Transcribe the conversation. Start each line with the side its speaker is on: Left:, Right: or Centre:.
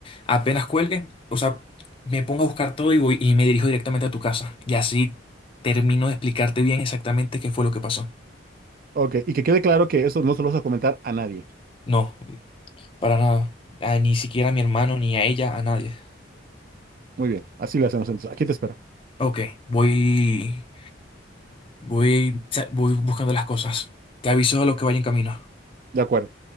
Left: Apenas cuelgue, o sea, me pongo a buscar todo y voy y me dirijo directamente a tu casa. Y así termino de explicarte bien exactamente qué fue lo que pasó.
Right: Ok, y que quede claro que eso no se lo vas a comentar a nadie.
Left: No, para nada. A- ni siquiera a mi hermano, ni a ella, a nadie.
Right: Muy bien, así lo hacemos entonces. Aquí te espero.
Left: Ok, voy. Voy, sa- voy buscando las cosas. Te aviso a lo que vaya en camino.
Right: De acuerdo.